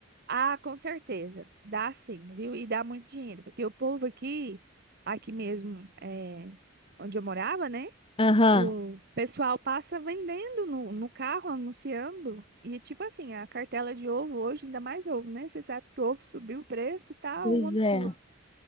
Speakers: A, on the right; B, on the left.
A: ah, com certeza. Dá sim, viu? E dá muito dinheiro, porque o povo aqui, aqui mesmo, é, onde eu morava, né?
B: Aham,
A: O pessoal passa vendendo no, no carro, anunciando. E tipo assim, a cartela de ovo hoje, ainda mais ovo, né? Você sabe que o ovo subiu o preço, tá
B: pois
A: um absurdo.
B: é.